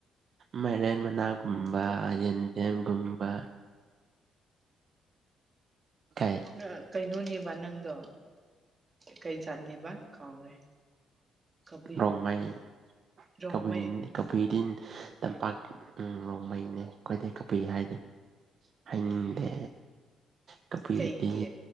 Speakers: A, on the right; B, on the right.
A: ꯃ ꯅꯥꯒꯨꯝꯕ ꯌꯦ ꯌꯦꯟ ꯌꯦꯒꯨꯝꯕ ꯀꯩ
B: ꯑ ꯀꯩꯅꯣꯅꯤ ꯅꯪꯗꯣ ꯀꯩ ꯖꯥꯠꯅꯦꯕ ꯀꯥꯎꯔꯦ ꯀꯕꯨꯏ
A: ꯔꯣꯡꯃꯥꯏꯩ
B: ꯔꯣꯡꯃꯩ
A: ꯀꯕꯨ ꯀꯕꯨꯏꯒꯤꯗꯤꯟ ꯇꯝꯄꯥꯛ ꯅꯣꯡꯃꯩꯅꯦ ꯑꯩꯈꯣꯏꯗꯩ ꯀꯄꯤ ꯍꯥꯏꯗꯤ ꯍꯥꯏꯅꯤꯡꯗꯦ ꯇꯕꯨꯣꯏꯗꯤ
B: ꯀꯩꯒꯤ